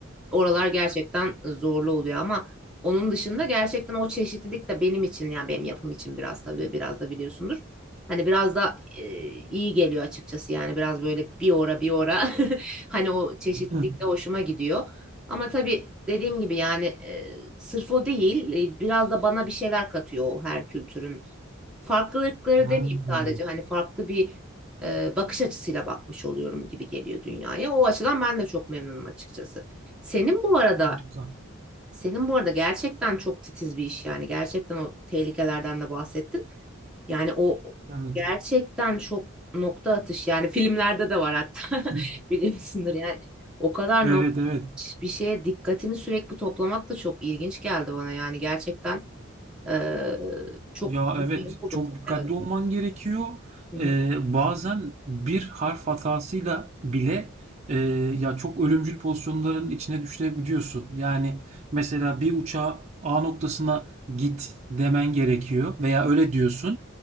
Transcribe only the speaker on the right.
Hı.
Hmm.
Harika.
Evet.
<laughs>
Evet
evet.
Ya
evet
çok dikkatli
olman gerekiyor.
Ee, bazen bir harf hatasıyla bile e, ya çok ölümcül pozisyonların içine düşebiliyorsun. Yani mesela bir uçağa A noktasına git demen gerekiyor veya öyle diyorsun.